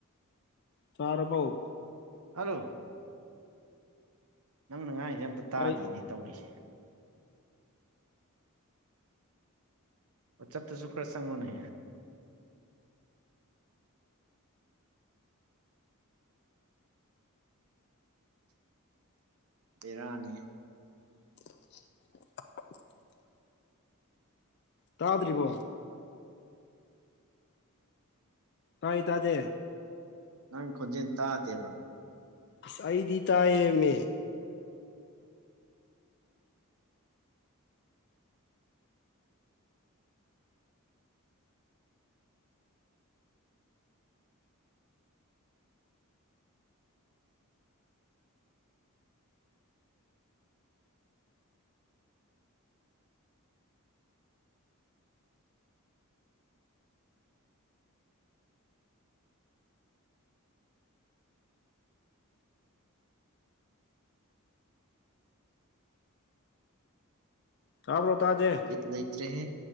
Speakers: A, on the left; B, on the right.
A: ꯆꯥꯔꯕꯧ
B: ꯍꯜꯂꯣ ꯅꯪꯅ ꯉꯥꯏꯔꯤꯁꯦ ꯑꯝꯇ ꯇꯥꯗꯦꯅꯦ
A: ꯑꯩ
B: ꯇꯧꯔꯤꯁꯦ ꯑꯣ ꯆꯠꯇꯁꯨ ꯈꯔ ꯆꯪꯉꯣꯅꯦ ꯄꯔꯥꯅꯤ
A: <unintelligible> ꯇꯥꯗ꯭ꯔꯤꯕꯣ ꯇꯥꯏ ꯇꯗꯦ
B: ꯅꯪ ꯈꯣꯟꯖꯦꯜ ꯇꯥꯗꯦꯕ
A: ꯏꯁꯥꯏꯗꯤ ꯇꯑꯌꯦ ꯃ ꯇꯥꯕ꯭ꯔꯣ ꯇꯥꯖꯦ
B: ꯀꯤꯠ ꯂꯩꯇ꯭ꯔꯦꯍꯦ